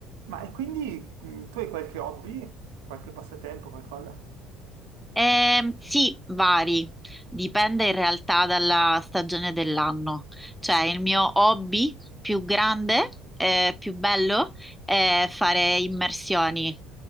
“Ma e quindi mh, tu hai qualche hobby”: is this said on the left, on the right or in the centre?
Right